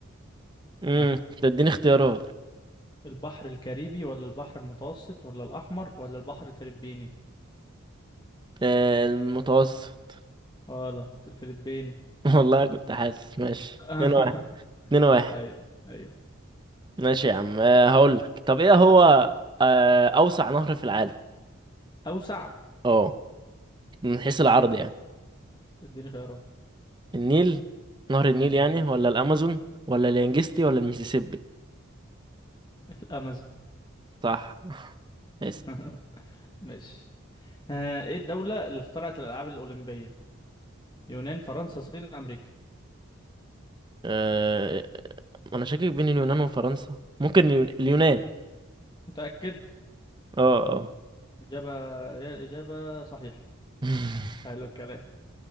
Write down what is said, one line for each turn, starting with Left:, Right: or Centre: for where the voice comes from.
Right: امم
Left: ها
Right: تديني اختيارات
Left: البحر الكاريبي ولا البحر المتوسط ولا الاحمر ولا البحر الفلبيني
Right: آه، المتوسط
Left: غلط الفلبيني
Right: <laughs> والله كنت حاسس ماشي
Left: <laughs>
Right: اتنين واحد اتنين واحد
Left: ايوه ايوه
Right: ماشي يا عم أه هقول لك طب ايه هو أه اوسع نهر في العالم
Left: اوسع
Right: اه من حيث العرض يعني
Left: اديني خيارات
Right: النيل نهر النيل
Left: مم.
Right: يعني ولا الامازون ولا اليانجستي ولا الميسيسيبي
Left: الامازون
Right: صح <laughs> اسأل
Left: <laughs> ماشي آه، ايه الدولة اللي اخترعت الالعاب الاولمبية يونان فرنسا الصين امريكا
Right: أه... انا شاكك بين اليونان وفرنسا ممكن اليون... اليونان
Left: متأكد
Right: اه اه
Left: الإجابة هي الإجابة صحيحة
Right: <laughs>
Left: حلو الكلام